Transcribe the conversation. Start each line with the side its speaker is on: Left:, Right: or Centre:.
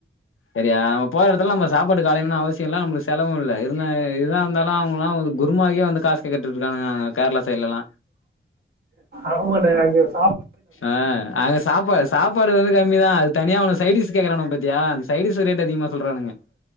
Left: செரியா நம்ம போற எடத்துல நம்ம சாப்பாட்டுக்கு அலையனுனு அவசிய இல்ல நம்மளுக்கு செலவு இல்ல இருன்னா ஏ இதுதா இருந்தாலு அவ்ங்கலா ஒரு குருமாவுக்கே வந்து காசு கேட்டுட்டு இருக்கானுங்க அங்க கேர்ளா சைட்லலா
Right: ஆமானே அங்க ஒர்
Left: ஆ அங்க சாப்பா சாப்பாடு வந்து கம்மிதா அது தனியா அவனுக சைடிஸ் கேக்குறானுங்க பாத்தியா அந்த சைடிஸ்சு ரேட்டு அதிகமா சொல்றானுங்க